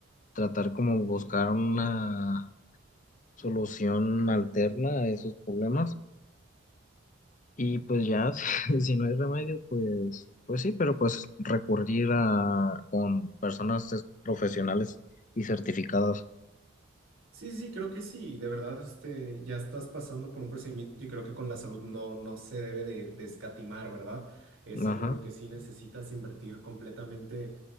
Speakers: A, on the left; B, on the right.
A: tratar como buscar una solución alterna a esos problemas. Y pues ya, <laughs> si, si no hay remedio, pues, pues sí, pero pues recurrir a con personas es- profesionales y certificadas.
B: Sí, sí, creo que sí. De verdad, este, ya estás pasando por un procedimiento y creo que con la salud no, no se debe de, de escatimar, ¿verdad? Es
A: Ajá.
B: algo en lo que sí necesitas invertir completamente